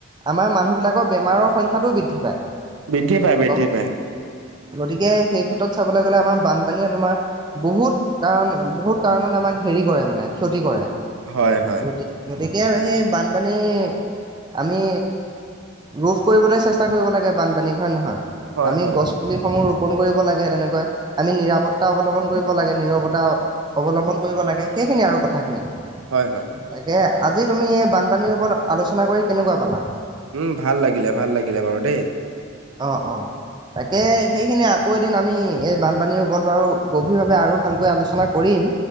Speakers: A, on the right; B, on the right.
A: আমাৰ মানুহ বিলাকৰ বেমাৰৰ সংখ্যাটোও বৃদ্ধি পায়।
B: বৃদ্ধি পায় বৃদ্ধি
A: গম
B: পায়।
A: গতিকে সেই ক্ষেত্ৰত চাবলে গ'লে আমাৰ বানপানীয়ে তোমাৰ বহুত কাৰণ বহুত কাৰণত আমাক হেৰি কৰে মানে ক্ষতি কৰে।
B: হয় হ
A: গতি গতিকে সেই বানপানী আমি ৰোধ কৰিবলৈ চেষ্টা কৰিব লাগে বানপানীক, হয় নে নহয়?
B: হয়,
A: আমি
B: হয়,
A: গছপুলি
B: হয়।
A: সমূহ ৰোপন কৰিব লাগে তেনেকৈ। আমি নিৰাপত্তা অৱলম্বন কৰিব লাগে, নিৰৱতা অৱলম্বন কৰিব লাগে সেইখিনিয়ে আৰু কথাখিনি।
B: হয় হয়।
A: তাকে আজি তুমি এই বানপানীৰ ওপৰত আলোচনা কৰি কেনেকুৱা পালা?
B: উম ভাল লাগিলে ভাল লাগিলে বাৰু দেই।
A: অঁ অঁ। তাকে সেইখিনি আকৌ এদিন আমি এই বানপানীৰ ওপৰত বাৰু গভীৰভাৱে আৰু ভালকৈ আলোচনা কৰিম,